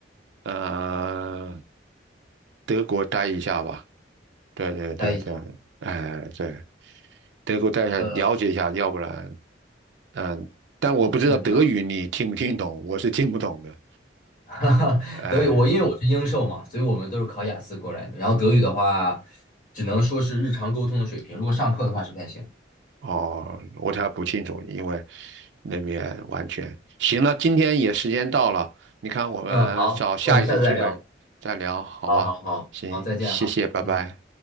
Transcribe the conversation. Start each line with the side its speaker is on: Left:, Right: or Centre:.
Right: 呃，德国待一下吧。对对对对，
Left: 待一下，
Right: 哎对，德国待一下，
Left: 呃，
Right: 了解一下，要不然，嗯，但我不知道德语你听不听懂，
Left: 是这样。
Right: 我是听不懂的。
Left: <laughs> 哈哈，
Right: 哎、
Left: 德语我因为我是英授嘛，所以我们都是考雅思过来的。然后德语的话，只能说是日常沟通的水平，如果上课的话是不太行。
Right: 哦，我才不清楚，因为那边完全行了。今天也时间到了，你看我们找下一次机会再聊，
Left: 嗯，好，那我们下次再聊。
Right: 好吧？
Left: 好好好好，
Right: 行，
Left: 再见哈，
Right: 谢谢，拜拜。
Left: 嗯。